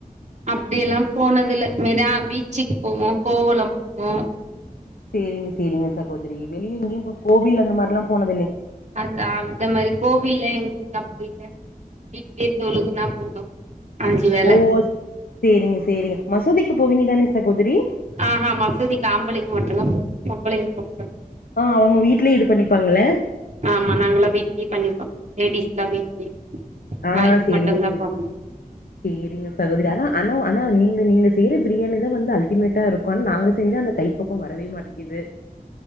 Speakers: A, on the right (about 50°); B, on the left (about 85°).
A: அப்டி எல்லா போனதுல மெரினா பீச்சுக்கு போவோ கோவலம் போவோ.
B: சேரிங்க சேரிங்க சகோதரி வெளிய எங்கியுபோ கோவில் அந்த மாரில்லா போன
A: அதா அந்த மாரி கோவில்லே என்கு அப்டில்ல வீட்லே தொழுகுனா போது. அஞ்சு வேல
B: ஓ சேரிங்க சேரிங்க மசூதிக்கு போவீங்க தானே? சகோதிரி
A: ஆஹ்ஹா மசூதி ஆம்பளைங்க மட்டுதா <unintelligible> பொம்பளைங்க போகூடாது
B: ஆ அவங்க வீட்லயே இது பண்ணிப்பாங்கள
A: ஆமா நாங்களா வீட்லே பண்ணிப்போ. லேடிஸ்லா வீட்லே
B: ஆ
A: பாய்ஸ்
B: சேரிங்க
A: மட்டுந்தா
B: சே
A: போவங்
B: சேரிங்க சகோதரி ஆனா ஆனா ஆனா நீங்க நீங்க செய்யற பிரியாணிதா வந்து அல்டிமேட்டா இருக்கு. ஆனா நாங்க செஞ்சா அந்த கைப்பக்கோ வரவே மாட்டிங்கிது.